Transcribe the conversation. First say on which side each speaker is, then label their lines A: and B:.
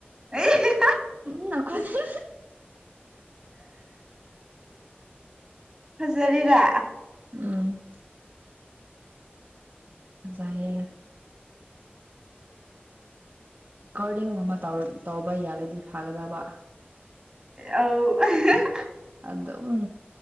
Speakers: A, on the right; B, on the right.
A: ꯑꯦ ꯍꯦ
B: ꯎꯝ ꯅꯈꯣꯏꯗ
A: ꯐꯖꯔꯤꯔꯥ
B: ꯎꯝ ꯐꯖꯩꯌꯦ꯫ ꯀꯣꯔꯗꯤꯡꯒꯨꯝꯕ ꯇꯧꯕ ꯌꯥꯔꯗꯤ ꯐꯒꯗꯕ
A: <unintelligible>
B: ꯑꯗꯨꯝ